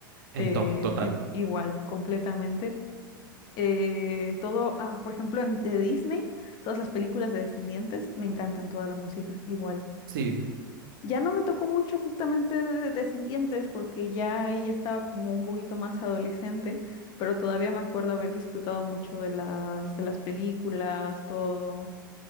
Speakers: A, on the left; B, on the right.
A: eh,
B: En top, total.
A: en- igual, completamente. Eh, todo, ah, por ejemplo, en, de Disney, todas las películas de Descendientes, me encantan toda la música, igual.
B: Sí.
A: Ya no me tocó mucho justamente de de Descendientes porque ya ella estaba como un poquito más adolescente, pero todavía me acuerdo haber disfrutado mucho de las, de las películas, todo.